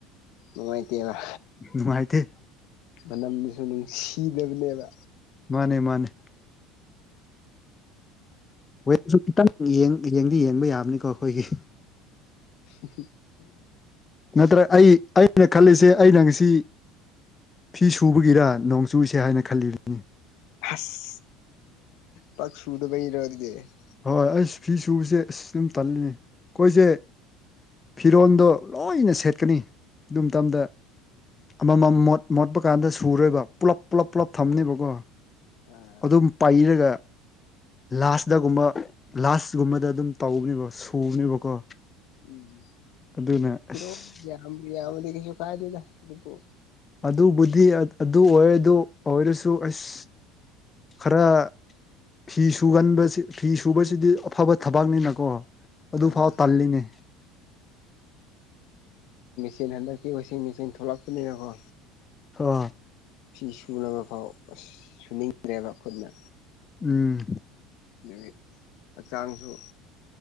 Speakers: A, on the left (about 70°); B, on the left (about 25°).
A: ꯃꯉꯥꯏꯇꯦ ꯃꯥ
B: ꯅꯨꯡꯉꯥꯏꯇꯦ
A: ꯃꯅꯝꯗꯨꯁꯨ ꯅꯨꯡꯁꯤꯗꯕꯅꯦꯕ
B: ꯃꯥꯅꯦ ꯃꯥꯅꯦ ꯋꯦꯁꯨ ꯈꯤꯇꯪ ꯌꯦꯡꯗꯤ ꯌꯦꯡꯕ ꯌꯥꯕꯅꯤꯀꯣ ꯑꯩꯈꯣꯏꯒꯤ
A: <inaudible>
B: ꯅꯠꯇ꯭ꯔ ꯑꯩ ꯑꯩꯅ ꯈꯜꯂꯤꯁꯦ ꯑꯩꯅ ꯉꯁꯤ ꯐꯤ ꯁꯨꯕꯒꯤꯔ ꯅꯣꯡ ꯆꯨꯁꯦ ꯍꯥꯏꯅ ꯈꯜꯂꯤꯕꯅꯤ
A: ꯑꯁ ꯄꯥꯛ ꯁꯨꯗ ꯄꯔꯗ <unintelligible>
B: ꯍꯣꯏ ꯑꯁ ꯐꯤ ꯁꯨꯕꯁꯦ ꯑꯁ ꯑꯗꯨꯝ ꯇꯜꯂꯤ ꯑꯩꯈꯣꯏꯁꯦ ꯐꯔꯣꯟꯗ ꯂꯣꯏꯅꯁꯤ ꯁꯦꯠꯀꯅꯤ ꯑꯗꯨ ꯃꯇꯝꯗ ꯑꯃꯃꯝ ꯃꯣꯠ ꯃꯣꯠꯄ ꯀꯥꯟꯗ ꯁꯨꯔꯣꯏꯕ ꯄꯨꯂꯞ ꯄꯨꯂꯞ ꯄꯨꯜꯂꯞ ꯊꯝꯅꯦꯕꯀꯣ
A: ꯑꯥ
B: ꯑꯗꯨꯝ ꯄꯥꯏꯔꯒ ꯂꯥꯁ ꯗꯒꯨꯝꯕ ꯂꯥꯁꯒꯨꯝꯕꯗ ꯑꯗꯨꯝ ꯇꯧꯕꯅꯦꯕ ꯁꯨꯕꯅꯦꯕꯀꯣ
A: ꯎꯝ
B: ꯑꯗꯨꯅ
A: ꯐꯔ
B: ꯑꯁ
A: ꯌꯥ ꯌꯥꯗꯤ ꯀꯁꯨ ꯀꯥꯏꯗꯗ ꯑꯗꯨꯕꯨ
B: ꯑꯗꯨꯕꯨꯗꯤ ꯑꯗꯨ ꯑꯣꯏꯔꯦ ꯑꯗꯨ ꯑꯣꯏꯔꯁꯨ ꯑꯁ ꯈꯔ ꯐꯤ ꯁꯨꯒꯟꯕꯁꯤ ꯐꯤ ꯁꯨꯕꯁꯤꯗꯤ ꯑꯐꯕ ꯊꯕꯛꯅꯤꯅꯀꯣ ꯑꯗꯨꯐꯥꯎ
A: ꯑꯥ
B: ꯇꯜꯂꯤꯅꯦ
A: ꯆꯦꯟ ꯍꯟꯗꯛꯀꯤ ꯋꯥꯁꯤꯡ ꯃꯦꯆꯤꯟ ꯊꯣꯛꯂꯛꯇꯄꯅꯤꯅꯀꯣ
B: ꯍ
A: ꯐꯤ ꯁꯨꯒ ꯐꯥꯎ ꯑꯁ ꯁꯨꯅꯤꯡꯗ꯭ꯔꯦꯕ ꯈꯨꯠꯅ
B: ꯎꯝ
A: ꯅꯨꯃꯤ ꯍꯛꯆꯥꯡꯁꯨ